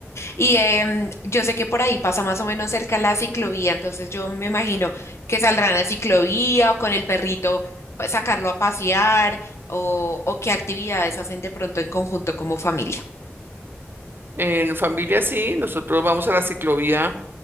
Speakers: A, on the left; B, on the right.
A: Y em, yo sé que por ahí pasa más o menos cerca la ciclovía, entonces yo me imagino que saldrán a ciclovía o con el perrito pues, sacarlo a pasear o, o qué actividades hacen de pronto en conjunto como familia.
B: En familia sí, nosotros vamos a la ciclovía